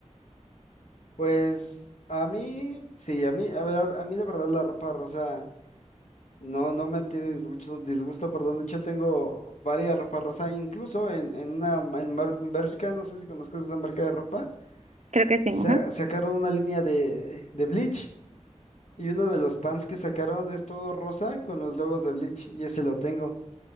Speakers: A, on the left; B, on the right.
A: Pues a mí, sí, a mí, a ver, a mí la verdad la ropa rosa no, no me tiene disgusto, disgusto, perdón, de hecho tengo varias ropa rosa, incluso en, en una, en, Mar- en Bershka, no sé si conozcas esa marca de ropa,
B: Creo que sí,
A: sa-
B: ajá.
A: sacaron una línea de, de Bleach y uno de los pants que sacaron es todo rosa con los logos de Bleach y ese lo tengo.